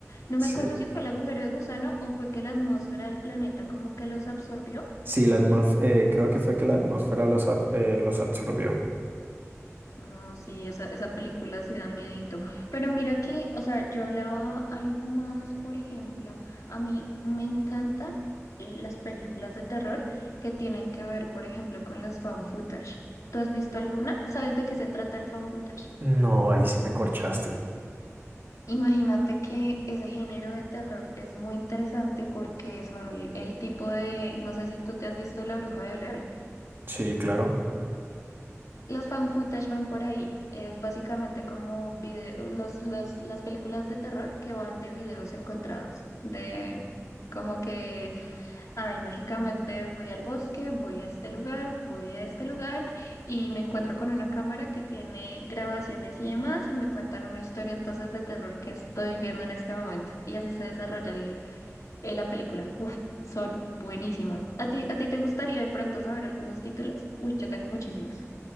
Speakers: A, on the left; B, on the right.
A: No
B: Sí,
A: me acuerdo si fue el agujero de gusano o fue que la atmósfera del planeta como que los absorbió
B: sí, la atmósfera, creo que fue que la atmósfera los, a- eh, los absorbió.
A: No, sí, esa, esa película sí da miedito. Pero mira que, o sea, yo hablaba algo más, por ejemplo, a mí me encantan eh, las películas de terror que tienen que ver, por ejemplo, con los fan footage. ¿Tú has visto alguna? ¿Sabes de qué se trata el fan footage?
B: No, ahí sí me corchaste.
A: Imagínate que ese género de terror es muy interesante porque son el tipo de, no sé si tú te has visto La Bruja de Blair.
B: Sí, claro.
A: Los fan footage van por ahí. Es básicamente como video- los, los, las películas de terror que van de videos encontrados. De como que, ay, mágicamente voy al bosque, voy a este lugar, voy a este lugar y me encuentro con una cámara que tiene grabaciones y demás y me cuentan una historia entonces de terror que estoy viendo en este momento. Y así se desarrolla el- eh, la película. Uf, son buenísimas. ¿A ti, a ti te gustaría de pronto saber algunos títulos? Uy, yo tengo muchísimos.